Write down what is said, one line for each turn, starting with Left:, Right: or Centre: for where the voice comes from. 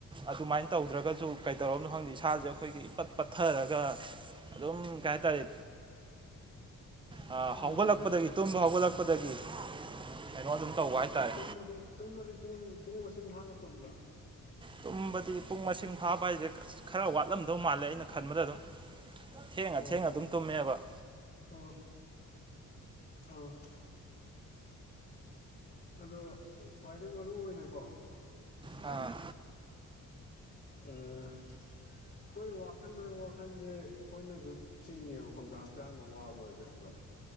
Right: ꯑꯗꯨꯃꯥꯏꯅ ꯇꯧꯗ꯭ꯔꯒꯁꯨ ꯀꯩꯗꯧꯔꯕꯅꯣ ꯈꯪꯗꯦ ꯏꯁꯥꯁꯦ ꯑꯩꯈꯣꯏꯒꯤ ꯏꯄꯠ ꯄꯠꯊꯔꯒ ꯑꯗꯨꯣꯝ ꯀꯥꯏ ꯇꯥꯔꯦ ꯍꯧꯒꯠꯂꯛꯄꯗꯒꯤ
Left: ꯎꯝ ꯎꯝ
Right: ꯇꯨꯝꯕ ꯍꯧꯒꯠꯂꯛꯄꯗꯒꯤ ꯀꯩꯅꯣ ꯑꯗꯨꯝ ꯇꯧꯕ ꯍꯥꯏꯇꯥꯔꯦ
Left: ꯇꯨꯝꯃꯗꯤ ꯇꯨꯝꯃꯗꯤ ꯄꯨꯡ ꯄꯨꯡ ꯃꯁꯤꯡ ꯐꯥꯅ ꯇꯨꯝꯕ꯭ꯔꯥ
Right: ꯇꯨꯝꯕꯗꯤ ꯄꯨꯡ ꯃꯁꯤꯡ ꯐꯥꯕ ꯍꯥꯏꯁꯦ ꯈꯔ ꯋꯥꯠꯂꯝꯗꯧ ꯃꯥꯜꯂꯦ ꯑꯩꯅ ꯈꯟꯕꯗ ꯑꯗꯨꯝ ꯊꯦꯡꯉ
Left: ꯑꯣ
Right: ꯊꯦꯡꯉ ꯑꯗꯨꯝ ꯇꯨꯝꯃꯦꯕ
Left: ꯑꯣ ꯑꯣ ꯑ ꯑꯗꯣ ꯈ꯭ꯋꯥꯏꯗꯒꯤ ꯃꯔꯨ ꯑꯣꯏꯅꯀꯣ
Right: ꯑꯥ
Left: ꯑ ꯑꯩꯈꯣꯏ ꯋꯥꯈꯜ ꯋꯥꯈꯟꯁꯦ ꯑꯩꯈꯣꯏꯅꯁꯨ ꯆꯤꯡꯉꯦꯕ ꯈꯪꯕ꯭ꯔꯥ ꯍꯛꯆꯥꯡꯗ ꯋꯥꯕꯁꯦ ꯈꯪꯕ꯭ꯔꯥ